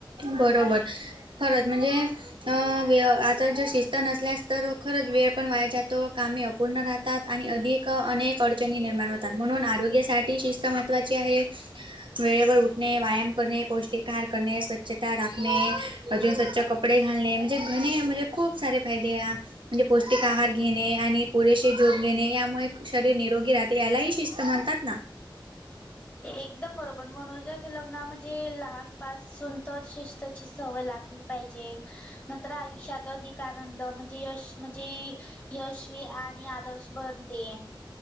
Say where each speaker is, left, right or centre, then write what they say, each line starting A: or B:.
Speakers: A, on the right (about 70°); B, on the left (about 15°).
A: बरोबर खरच म्हणजे अ तर जर शिस्त नसल्यास तर खरंच वेळ पण वाया जातो कामे अपूर्ण राहत तात आणि अधिक अनेक अडचणी निर्माण होतात म्हणून आरोग्यासाठी शिस्त महत्त्वाची आहे वेळेवर उठणे व्यायाम करणे पौष्टिक आहार करणे स्वछ स्वच्छता राखणे अजून स्वच्छ कपडे घालणे म्हणजे घणे म्हणजे खूप सारे फायदे म्हणजे पौष्टिक आहार घेणे आणि पुरेसे जोग घेणे यामुळे शरीर निरोगी राह यालाही शिस्त म्हणतात ना
B: एकदम बरोबर मनोजच्या लग्ना म्हणजे लहानपासून तर शिस्तची सवय लागली पाहिजे नंतर आयुष्यात अधिक आनंद म्हणजे यश म्हणजे यशवी आणि आदर्श बनते